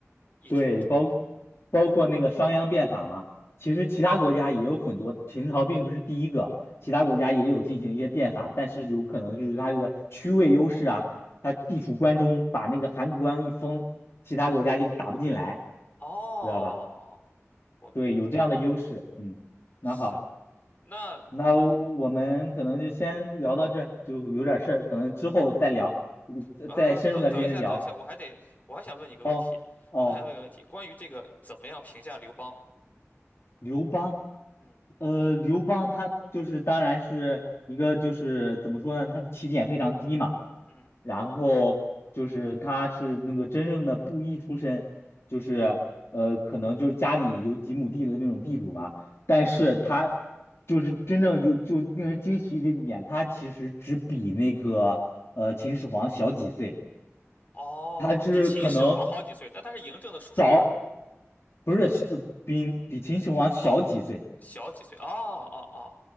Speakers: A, on the left (about 35°); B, on the left (about 60°).
A: 一举统一住
B: 对，包包括那个商鞅变法嘛，其实其他国家也有很多，秦朝并不是第一个，其他国家也有进行一些变法，但是有可能就是它这个区位优势啊，它地处关中，把那个函谷关一封，其他国家就打不进来，
A: 哦，
B: 知道吧？
A: 我们
B: 对，有这样的优势。嗯，那好，
A: 是那
B: 那我们可能就先聊到这儿，就有点事儿，可能之后再聊，呃再再深入的进行聊。
A: 呃，等等一下，等一下，我还得我还想问你一个问题，
B: 哦哦，
A: 我还想问一个问题，关于这个怎么样评价刘邦？
B: 刘邦。
A: 嗯
B: 呃，刘邦他就是当然是一个就是怎么说呢，他的起点非常低嘛，
A: 嗯，
B: 然后就是他是那个真正的布衣出身，就是呃可能就是家里有几亩地的那种地主嘛，但是他就是真正有就令人惊奇的一点，他其实只比那个呃秦始皇小几岁，
A: 哦，
B: 他是可能
A: 比秦始皇好几岁，但他是嬴政的叔叔吧？
B: 早不是小呃比比秦始皇小几岁。
A: 哦哦，不对，小几岁？哦哦哦。